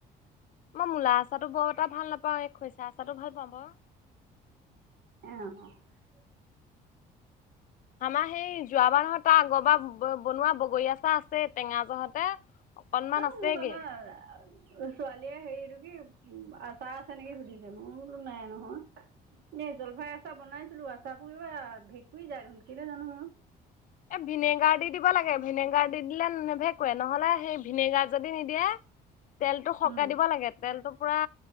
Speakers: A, on the left; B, on the right.
A: মই মূলা আচাটো বৰ এটা ভাল নাপাওঁ খৰিচা আচাটো ভাল পাওঁ বাও।
B: অ।
A: আমাৰ সেই যোৱাবাৰ নহয় তাৰ আগৰ বা বনোৱা বগৰীয়া চাহ আছে টেঙা জহতে অকনমান
B: অ
A: আছেগে
B: মু গামা ছোৱালীয়ে হেৰিটো কি আচাৰ আছে নেকি সুধিছে মোৰতো নাই নহয়। এই জলফাই আচাৰ বনাইছিলো আচাৰোৰ কিবা ভেঁকুী যায় দেখোন কেলে জানো মোৰ।
A: এ ভিনেগাৰ দি দিব লাগে ভিনেগাৰ দি দিলে নেভেকুৱে। নহলে সেই ভিনেগাৰ যদি নিদিয়ে
B: <unintelligible>
A: তেলতটো সকে
B: উম।
A: দিব লাগে তেলতটো পুৰা